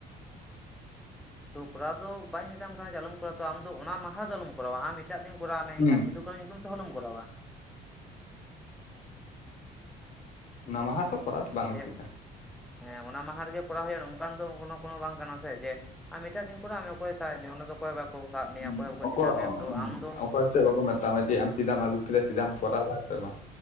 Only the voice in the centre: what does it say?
ᱛᱚ ᱠᱚᱨᱟᱣ ᱫᱚ ᱵᱟᱹᱧ ᱢᱮᱛᱟᱢ ᱠᱟᱱᱟ ᱡᱮ ᱟᱞᱚᱢ ᱠᱚᱨᱟᱣ ᱛᱚ ᱟᱫᱚ ᱚᱱᱟ ᱢᱟᱦᱟ ᱫᱚ ᱟᱞᱚᱢ ᱠᱚᱨᱟᱣᱟ ᱟᱢ ᱮᱴᱟᱜ ᱫᱤᱱ ᱠᱚᱨᱟᱣ ᱢᱮ
ᱮᱱᱠᱷᱟᱱ ᱥᱤᱫᱩ ᱠᱟᱱᱩ ᱧᱩᱛᱩᱢ ᱛᱮ ᱦᱚᱸ ᱟᱞᱳᱢ ᱠᱚᱨᱟᱣᱟ
ᱡᱮ
ᱦᱮᱸ ᱚᱱᱟ ᱢᱟᱦᱟ ᱨᱮᱜᱮ ᱠᱚᱨᱟᱣ ᱦᱩᱭᱩᱜᱼᱟ ᱱᱚᱝᱠᱟᱱ ᱫᱚ ᱠᱳᱱᱳ ᱠᱳᱱᱳ ᱵᱟᱝ ᱠᱟᱱᱟ ᱥᱮ ᱡᱮ ᱟᱢ ᱮᱴᱟᱜ ᱫᱤᱱ ᱠᱚᱨᱟᱣ ᱢᱮ ᱚᱠᱚᱭ ᱥᱟᱦᱟᱡᱡᱚ ᱚᱱᱟ ᱫᱚ ᱚᱠᱚᱭ ᱦᱚᱸ ᱵᱟᱠᱚ ᱥᱟᱵ ᱢᱮᱭᱟ
ᱪᱤᱠᱟ ᱢᱮᱭᱟ ᱛᱚ ᱟᱢ ᱫᱚ